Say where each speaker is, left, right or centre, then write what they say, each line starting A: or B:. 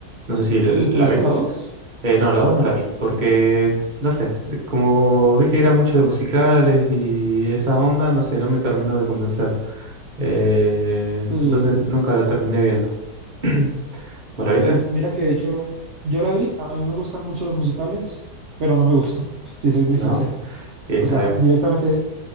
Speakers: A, on the right; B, on the right.
A: No sé si la,
B: ¿te, te
A: la
B: viste
A: viste.
B: la dos
A: Eh, no, la 2 no la vi, porque, no sé, de- como vi que era mucho de musicales y esa onda, no sé, no me terminó de convencer. Eh,
B: Sí,
A: entonces nunca la terminé viendo. <clears throat> ¿Vos
B: ok,
A: la viste?
B: mira que de hecho yo la vi, a mí me gustan mucho los musicales, pero no me gustó, <laughs> si soy muy
A: ¿No?
B: sincero.
A: Y está
B: O sea,
A: bien.
B: directamente